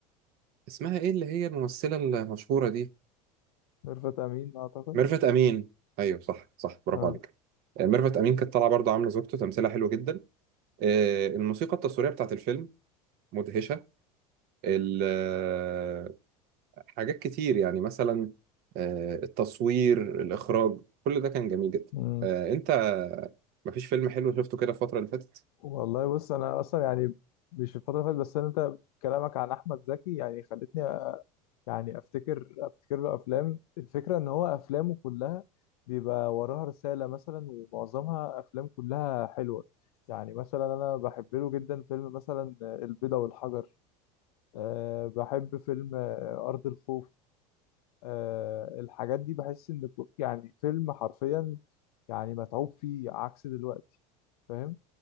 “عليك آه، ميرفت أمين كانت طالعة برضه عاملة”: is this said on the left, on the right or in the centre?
Right